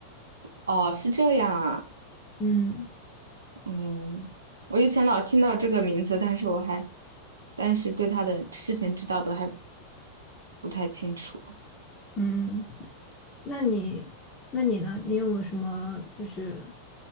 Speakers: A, on the right; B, on the left.
A: 哦，是这样啊，
B: 嗯。
A: 嗯。我以前老听到这个名字，但是我还，但是对他的事情知道的还不太清楚。
B: 嗯，那你那你呢？你有没有什么就是